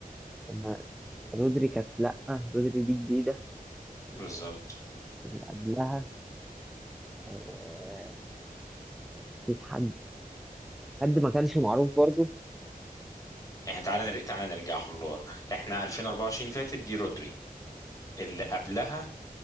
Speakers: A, in the centre; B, on the left (about 20°).
A: لما رودري كانت لأ رودري دي جديدة
B: بالظبط
A: اللي قبلها آه، أكيد حد حد ما كانش معروف برضو
B: احنا تعالى نرجع تعالى نرجعهم لورا احنا 2024 اللي فاتت دي رودري اللي قبلها